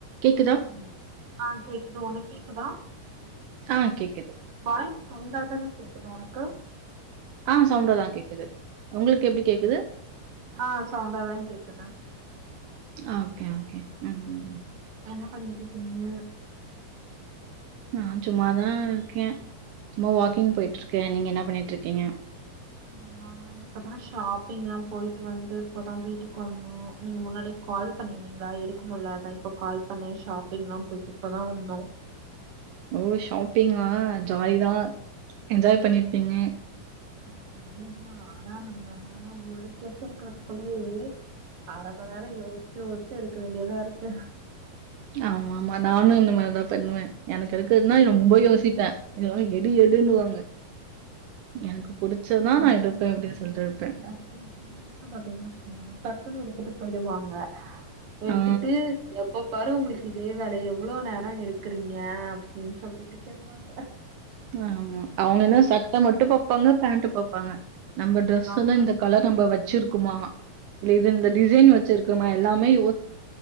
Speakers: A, on the right; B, on the right.
A: கேக்குதா
B: ஹலோ ஆ கேக்குது உனக் கேக்குதா
A: ஆ கேக்குது
B: வாய்ஸ் சவுண்டா தான கேக்குது உனக்கு
A: ஆ சவுண்டா தா கேக்குது உங்களுக்கு
B: ஆமா.
A: எப்டி கேக்குது
B: ம். ஆ சவுண்டாதா கேக்குது
A: ஆ கே ஓகே ம்,
B: ஓகே
A: ம்.
B: எனக் பண்ணிட்ருக்கீங்க
A: நா சும்மா தா இருக்கே சும்மா வாக்கிங் போயிட்ருக்கே நீங்க என்ன பண்ணிட்ருக்கீங்க
B: ம் நானா இப்பதா ஷாப்பிங் ல்லா போய்ட்டு வந்து இப்பதா வீட்டுக் வந்தோ நீங்க முன்னாடி கால் பண்ணிருந்தீங்ளா எடுக்க முல்லா இப்ப கால் பண்ணே ஷாப்பிங் லா போய்ட்டு இப்பதா வந்தோ
A: ஓ ஷாப்பிங்கா ஜாலி தா என்ஜாய் பண்ணிருப்பீங்க
B: ம் ஜாலிதா ஆனா நம்ம ஒரு டிரஸ் எடுக்குற்துக்குள்ளய அர மண் நேரோ யோஸ்ச்சு யோஸ்ச்சு எடுக்க வேண்டியதா இருக்கு
A: ஆமா ஆமா நானு இந்த மாரி தா பண்ணுவே எனக்கு எடுக்குறதுன்னா ரொம்ப யோசிப்பே <unintelligible> எடு எடுன்னுவாங்க எனக்கு புடிச்சதான்
B: அதே
A: நான் எடுப்பேன்
B: <inaudible>
A: அப்டின்னு சொல்ட்டு இருப்பேன்.
B: பாத்தா வச்சுக்கோங்களே டக்குன்னு எடுதுட்டு போய்டுவாங்க எடுத்துட்டு
A: ஆ.
B: எப்போ பாரு உங்குளுக்கு இதே வேல எவ்ளோ நேரோ எடுக்குறீங்க அப்டின் சொல் <unintelligible> திட்டுவாங்க
A: ஆமா அவுங்க என்னா சட்ட மட்டு பாப்பாங்க பேண்ட்டு பாப்பாங்க நம்ம டிரெஸ்ஸுனா
B: ஆமா.
A: இந்த கலர் நம்ப வச் வச்சிருக்குமா இல்ல இது இந்த டிசைன் வச்சிருக்குமா எல்லாமே யோ